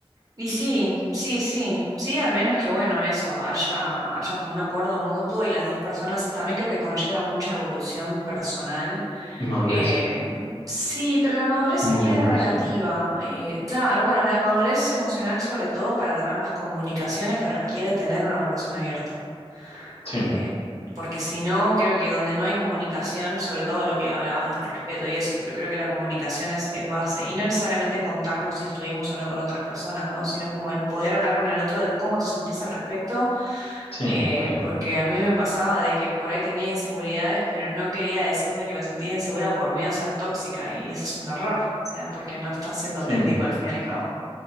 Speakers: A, on the right; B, on the left.
A: Y sí, sí, sí, sí, al menos que bueno, eso, haya, haya como un acuerdo mutuo y las dos personas también creo que conlleva mucha evolución personal.
B: y madurez
A: Eh, sí, pero la madurez
B: emocional,
A: es medio relativa.
B: sí,
A: eh, claro, bueno, la madurez emocional sobre todo para tener las comunicaciones que requiere tener una relación abierta.
B: sí,
A: eh, porque si no, creo que donde no hay comunicación, sobre todo lo que hablabas del respeto y eso, pero creo que la comunicación es, es base. Y no necesariamente contarnos si estuvimos o no con otras personas, ¿no? Sino como el poder hablar con el otro de cómo te sentís al respecto,
B: sí,
A: eh,
B: más bien,
A: porque a mí me pasaba de que por ahí tenía inseguridades, pero no quería decirle que me sentía insegura por miedo a ser tóxica, y eso es un error, o sea, porque no estás siendo
B: sí.
A: auténtico al fin y al cabo.